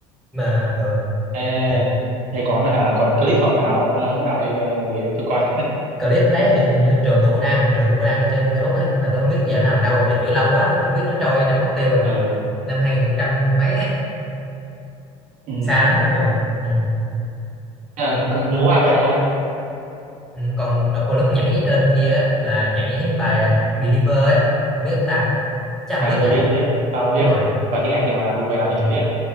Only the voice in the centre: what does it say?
mà ờ,
kiểu
clip ở đấy thì hình như trường tôi có đăng trường tôi có đăng trên Facebook ấy mà tôi không biết giờ nó nằm đâu rồi tại kiểu lâu quá không biết nó trôi đâu mất tiêu rồi
năm 2000 mấy á <laughs>
xa lắm luôn rồi ừ.
Ừ, còn đợt còn lúc nhảy trên kia á, là nhảy bài à, Believer ấy không biết ông ta chắc không
biết
nhỉ
đúng rồi
ừ.